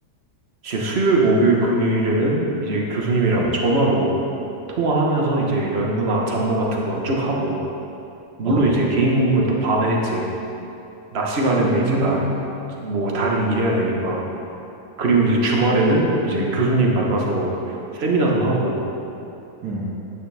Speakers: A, on the right (about 40°); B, on the right (about 70°).
A: 이제 수요일, 목요일, 금요일에는 이제 교수님이랑
B: 음,
A: 전화로 통화하면서 이제 연구나 잡무 같은 거 쭉 하고 물론
B: 어.
A: 이제 개인 공부는 또 밤에 했지. 낮 시간에는
B: 음,
A: 이제 나 뭐 다른 일 해야 되니까. 그리고 이제 주말에는
B: 됐구나.
A: 이제 교수님 만나서 세미나도 하고
B: 음.